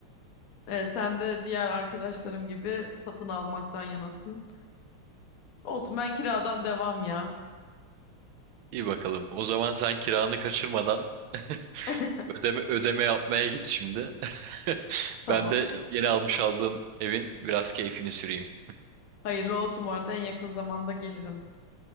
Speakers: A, on the left (about 55°); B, on the right (about 75°).
A: Ee, sen de diğer arkadaşlarım gibi satın almaktan yanasın. Olsun ben kiradan devam ya.
B: <laughs> İyi bakalım. O zaman sen kiranı kaçırmadan <laughs>
A: <laughs>
B: ödeme ödeme yapmaya git şimdi. <laughs>
A: Tamam.
B: Ben de yeni almış aldığım evin biraz keyfini süreyim.
A: Hayırlı olsun bu arada en yakın zamanda gelirim.